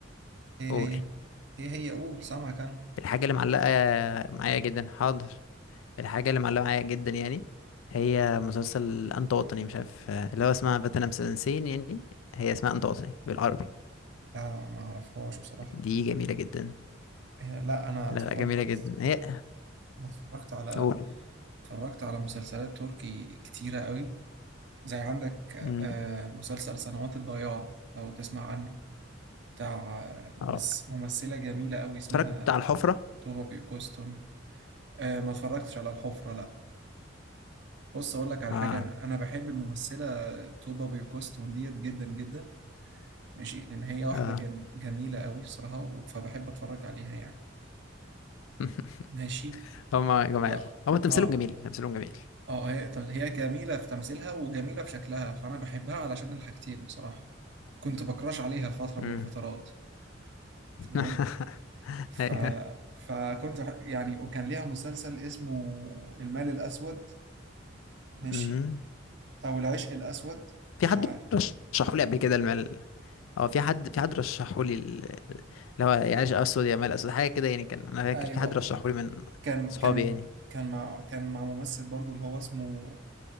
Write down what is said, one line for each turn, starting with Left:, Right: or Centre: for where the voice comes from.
Right: إيه
Left: قول
Right: هي؟ إيه هي قول سامعك أنا
Left: الحاجه اللي معلقه معايا جدا حاضر الحاجه اللي معلقه معايا جدا يعني هي مسلسل انت وطني مش عارف اللي هو اسمها بتنا مسنسين يعني هي اسمها انت وطني بالعربي
Right: لا ما اعرفهاش بصراحة
Left: دي جميله جدا
Right: آه، لا انا
Left: لا
Right: اتفرجت
Left: لا جميله جدا هي
Right: انا اتفرجت على
Left: قول
Right: اتفرجت على مسلسلات تركي كتيرة قوي زي عندك
Left: مم.
Right: آه، مسلسل سنوات الضياع لو تسمع عنه بتاع آه، ممس...
Left: اه
Right: ممثلة جميلة قوي اسمها
Left: اتفرجت على الحفره
Right: توبا بيوكوستون آه، ما اتفرجتش على الحفرة لا بص اقول لك على
Left: اه
Right: حاجة انا أنا بحب الممثلة توبا بيوكوستون ديت جدا جدا ماشي لان هي واحدة
Left: اه
Right: جم... جميلة قوي بصراحة فبحب اتفرج عليها يعني
Left: <laughs>
Right: ماشي
Left: هما جمال
Right: ف...
Left: هو تمثيلهم
Right: اه
Left: جميل تمثيلهم جميل
Right: اه هي طب هي جميلة في تمثيلها وجميلة في شكلها فأنا بحبها علشان الحاجتين بصراحة كنت بكراش عليها في فترة من
Left: امم
Right: الفترات
Left: <laughs>
Right: تمام ف...
Left: ايوه
Right: فكنت ح- يعني وكان ليها مسلسل اسمه المال الأسود ماشي
Left: امم
Right: أو العشق الأسود
Left: في
Right: مش
Left: حد
Right: عارف
Left: رشحوا لي قبل كده المال اه في حد في حد رشحوا لي ال- اللي هو يعيش اسود يا مال اسود حاجه كده يعني كان انا فاكر
Right: أيوه
Left: في حد
Right: آه.
Left: رشحوا لي من
Right: كان
Left: صحابي
Right: كان
Left: يعني
Right: كان مع كان مع ممثل برضو اللي هو اسمه